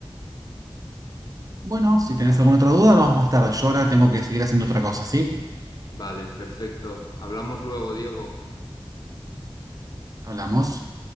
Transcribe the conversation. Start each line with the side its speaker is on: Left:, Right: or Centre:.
Right: Bueno, si tenés alguna otra duda, hablamos más tarde. Yo ahora tengo que seguir haciendo otra cosa, ¿sí?
Left: Vale, perfecto. Hablamos luego, Diego.
Right: Hablamos.